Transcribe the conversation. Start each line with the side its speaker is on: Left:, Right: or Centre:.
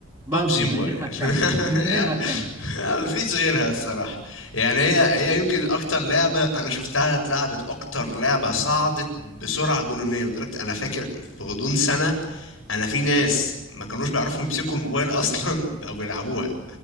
Right: بابجي
Left: ببجي موبايل
Right: من غير ما تكمل
Left: <laughs>
Right: <laughs> من
Left: يعني
Right: غير ما تكمل
Left: ما فيش غيرها الصراحة يعني هي هي يمكن اكتر لعبة انا شفتها اتلعبت اكتر لعبة صعدت بسرعة جنونية لدرجة انا فاكر في غضون سنة انا في ناس ما كانوش بيعرفوا يمسكوا الموبايل اصلا <laughs> بقوا بيلعبوها